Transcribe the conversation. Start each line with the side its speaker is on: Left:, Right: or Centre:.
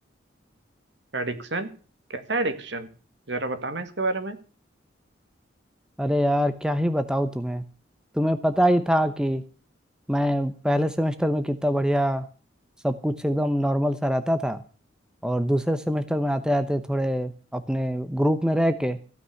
Right: एडिक्शन कैसा एडिक्शन जरा बताना इसके बारे में
Centre: अरे यार क्या ही बताऊँ तुम्हें तुम्हें पता ही था कि मैं पहले सेमेस्टर में कितना बढ़िया सब कुछ एकदम नॉर्मल सा रहता था और दूसरे सेमेस्टर में आते आते थोड़े अपने ग्रुप में रह के